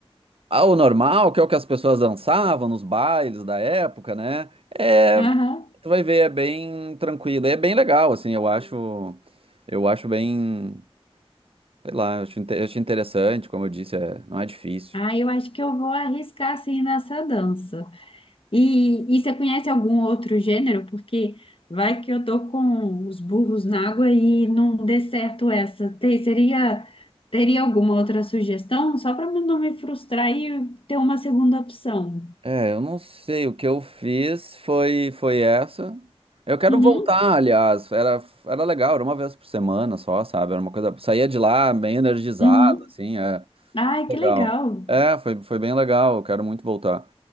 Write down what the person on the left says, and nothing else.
Aham.
Ah, eu acho que eu vou arriscar assim nessa dança. E, e você conhece algum outro gênero? Porque vai que eu tô com os burros na água e não dê certo essa. Te- seria, teria alguma outra sugestão? Só para não me frustrar e ter uma segunda opção.
Uhum,
uhum.
Ai, que
legal.